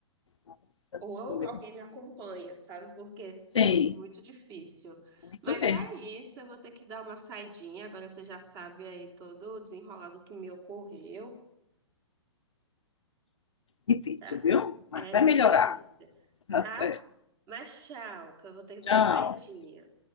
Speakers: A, on the left; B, on the right.
A: nossa,
B: Ou eu-
A: foi.
B: alguém me acompanha, sabe? Porque
A: Sim,
B: foi muito difícil.
A: muito
B: Mas
A: bem.
B: é isso, eu vou ter que dar uma saidinha. Agora você já sabe aí todo o desenrolado que me ocorreu,
A: Difícil,
B: tá?
A: viu? Mas
B: É
A: vai
B: difícil,
A: melhorar. Tá
B: tá?
A: certo.
B: Mas tchau, que eu vou ter que dar
A: Tchau.
B: uma saidinha.